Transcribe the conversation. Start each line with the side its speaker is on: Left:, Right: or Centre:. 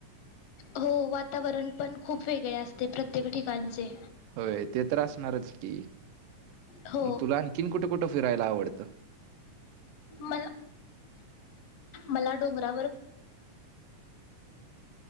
Left: हो, वातावरण पण खूप वेगळे असते प्रत्येक ठिकाणचे.
Right: होय ते तर असणारच की-
Left: हो
Right: तुला आणखीन कुठं कुठं फिरायला आवडतं.
Left: मला, मला डोंगरावर